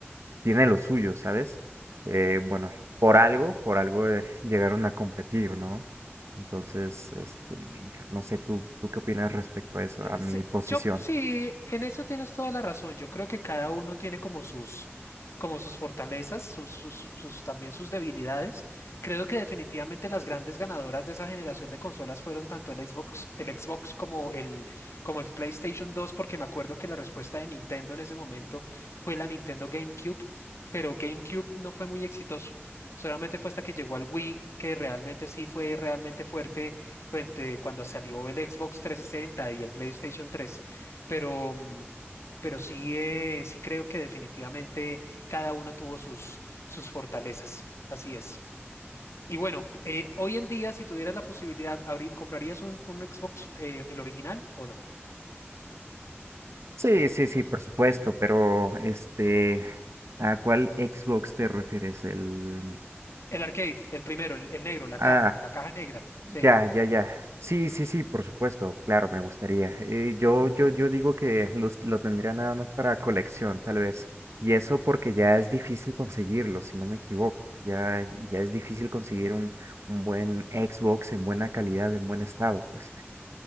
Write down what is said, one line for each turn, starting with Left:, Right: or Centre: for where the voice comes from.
Right: tiene lo suyo, ¿sabes? Eh, bueno, por algo, por algo eh, llegaron a competir, ¿no? Entonces, este, no sé, ¿tú, tú qué opinas respecto a eso,
Left: Se-
Right: a mi
Left: se-
Right: posición?
Left: Yo sí, en eso tienes toda la razón. Yo creo que cada uno tiene como sus, como sus fortalezas, sus, sus- sus- sus- también sus debilidades. Creo que definitivamente las grandes ganadoras de esa generación de consolas fueron tanto el Xbox, el Xbox como el, como el PlayStation 2, porque me acuerdo que la respuesta de Nintendo en ese momento fue la Nintendo GameCube, pero GameCube no fue muy exitoso. Solamente fue hasta que llegó al Wii que realmente sí fue realmente fuerte cuente- cuando salió el Xbox 360 y el PlayStation 3, pero, mm, pero sí, eh, sí creo que definitivamente cada uno tuvo sus, sus fortalezas. Así es. Y bueno, eh, hoy en día, si tuvieras la posibilidad, abrí- ¿comprarías un, un Xbox, eh, el original o no?
Right: Sí, sí, sí, por supuesto, pero este, ¿a cuál Xbox te refieres? El,
Left: El arcade, el primero, el, el negro, la caja,
Right: ah,
Left: la caja negra. Sí.
Right: Ya, ya, ya. Sí, sí, sí, por supuesto, claro, me gustaría. Eh, yo, yo, yo digo que los- lo tendría nada más para colección, tal vez. Y eso porque ya es difícil conseguirlo, si no me equivoco. Ya, ya es difícil conseguir un, un buen Xbox en buena calidad, en buen estado, pues.